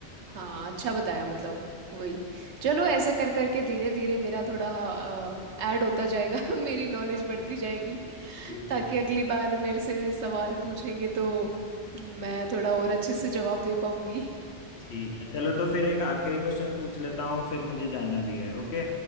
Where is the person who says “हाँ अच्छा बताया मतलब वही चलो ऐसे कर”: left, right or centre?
Right